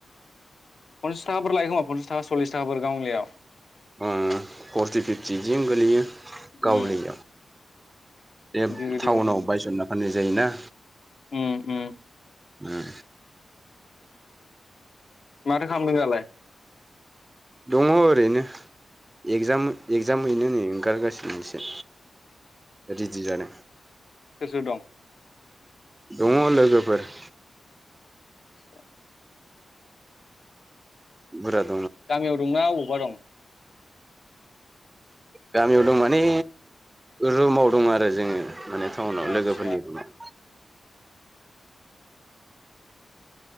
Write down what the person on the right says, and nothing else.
ओ फर्टि फिफ्टि थिनो गोलैयो
गावलियायाव बे
टाउनाव
बायसनना फाननाय जायोना
ओम
दङ ओरैनो एगजाम एगजाम
हैनो नै ओंखारगासिनोसो रेदि जादों
दङ लोगोफोर
बोरो
गामियाव दं माने रुमाव दं आरो जोङो। माने टाउनाव
लोगोफोरनि रुमाव